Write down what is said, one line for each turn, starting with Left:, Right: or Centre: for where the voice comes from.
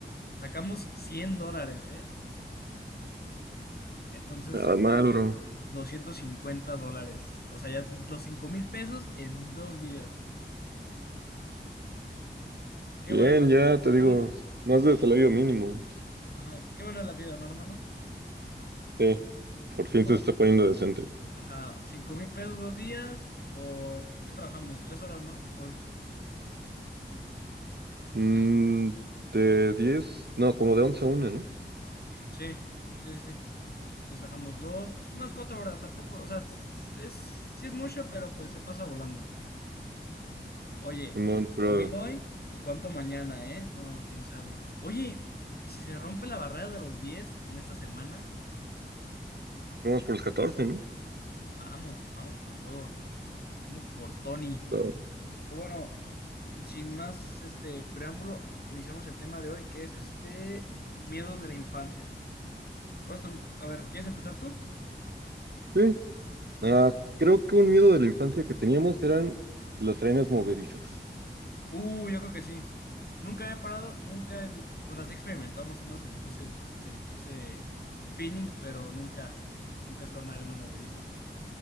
Left: Sacamos 100 dólares, ¿eh? Entonces
Right: Nada
Left: sacamos
Right: mal, bro.
Left: 250 dólares. O sea, ya los cinco mil pesos en dos días. Qué
Right: Bien,
Left: buena es la
Right: ya
Left: vida,
Right: te digo,
Left: ¿no, hermano.
Right: más de salario mínimo.
Left: Ajá, qué buena es la vida, ¿no, hermano?
Right: Sí, por fin
Left: No,
Right: se está poniendo decente.
Left: ajá, cinco mil pesos dos días por... ¿Qué trabajamos? Tres horas, ¿no? Hoy.
Right: Mm,
Left: Ya.
Right: de 10, no, como de 11 a una, ¿no?
Left: Sí, sí, sí. sí. Entonces trabajamos dos, pues unas cuatro horas tampoco. O sea, es, sí es mucho, pero pues se pasa volando. Oye,
Right: Simón,
Left: cinco
Right: pero
Left: mil hoy y cuánto mañana, ¿eh? No, quién sabe. Oye, ¿y si se rompe la barrera de los 10 en esta semana?
Right: vamos por los 14, ¿no?
Left: Vamos, vamos por todo. Vamos por Tony.
Right: Está-
Left: Pero Bueno, sin más este preámbulo, iniciamos el tema de hoy, que es este miedos de la infancia. ¿Cuál es tu- A ver, ¿quieres empezar tú?
Right: Sí, Ah,
Left: A ver.
Right: creo que un miedo de la infancia que teníamos eran las trenes movedizas.
Left: Uh, yo creo que sí. Nunca he parado, nunca he... O sea, sí he experimentado más o menos el- ese, ese ese feeling, pero nunca, nunca he estado en una arena movediza.